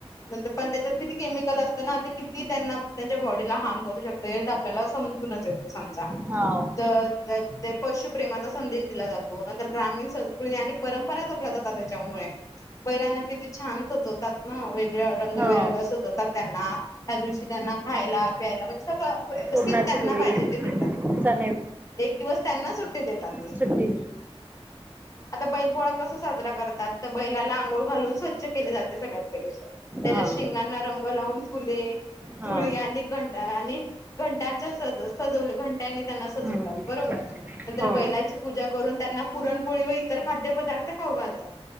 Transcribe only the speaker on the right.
हो
हो
पुरणाची
पोळी
चा
ट्टी
हा
हा
हम्म.
हो